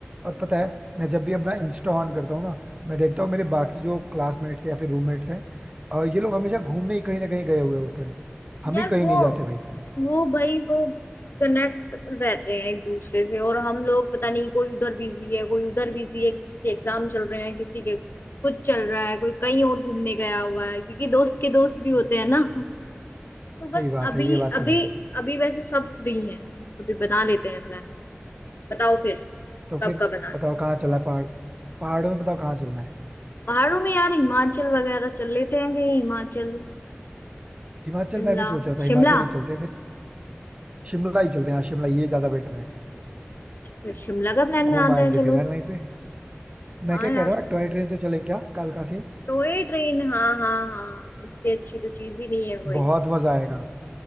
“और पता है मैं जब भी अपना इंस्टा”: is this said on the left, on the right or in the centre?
Right